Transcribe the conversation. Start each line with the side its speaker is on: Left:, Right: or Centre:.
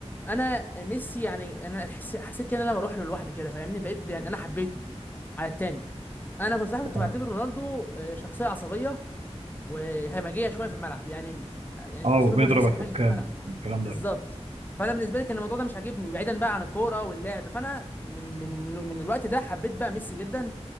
Left: انا ميسي يعني انا حس- حسيت كده ان انا بروح له لوحدي كده فاهمني بقيت يعني انا حبيته على التاني انا كنت صراحه
Right: تمام
Left: كنت بعتبر رونالدو آه، شخصيه عصبيه وهمجيه شويه في الملعب يعني يعني
Right: اه
Left: اسلوبه
Right: وبيضرب
Left: مش احسن
Right: الحكام
Left: حاجه في الملعب
Right: والكلام
Left: بالظبط
Right: ده
Left: فانا بالنسبه لي كان الموضوع ده مش عاجبني بعيدا بقى عن الكوره واللعب فانا من من من الوقت ده حبيت بقى ميسي جدا